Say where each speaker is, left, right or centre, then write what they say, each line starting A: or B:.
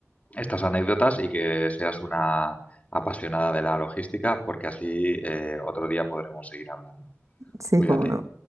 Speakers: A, on the left; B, on the right.
A: estas anécdotas y que seas una apasionada de la logística, porque así eh, otro día podremos seguir hablando.
B: Sí,
A: Cuídate.
B: cómo no.